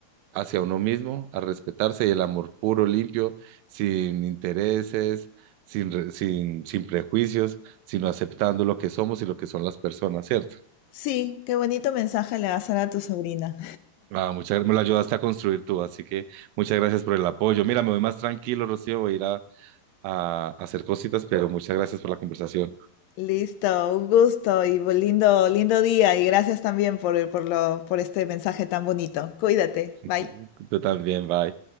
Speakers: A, on the right (about 75°); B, on the left (about 75°).
A: hacia uno mismo, a respetarse y el amor puro, limpio, sin intereses, sin, re- sin, sin prejuicios, sino aceptando lo que somos y lo que son las personas, ¿cierto?
B: Sí, qué bonito mensaje le vas a dar a tu sobrina.
A: Ah, muchas gracias, me lo ayudaste a construir tú, así que muchas gracias por el apoyo. Mira, me voy más tranquilo, Rocío, voy a ir a a a hacer cositas, pero muchas gracias por la conversación.
B: Listo, un gusto y bu- lindo, lindo día y gracias también por, por lo, por este mensaje tan bonito. Cuídate,
A: <laughs>
B: bye.
A: Tú, también, bye.